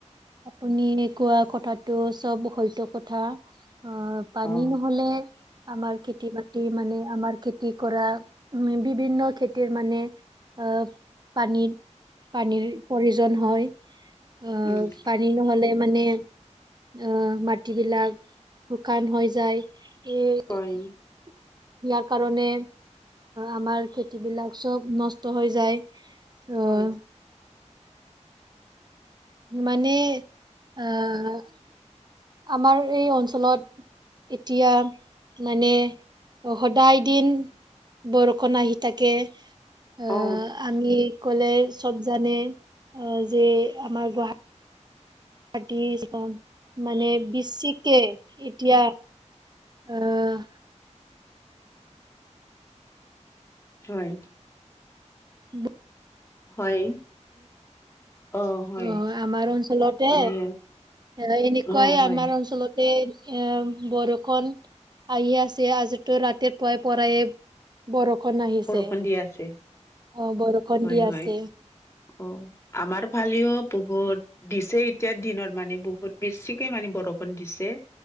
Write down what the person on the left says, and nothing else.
অ
উম
হয়
হয়
অ'!
হয়!
হয়! অ হয়
মানে
অ হয়
বৰষুণ
দি আছে
হয়
হয়
অ'! আমাৰ ফালেও বহুত। দিছে এতিয়া দিনত, মানে। বহুত বেছিকে মানে, বৰষুণ দিছে।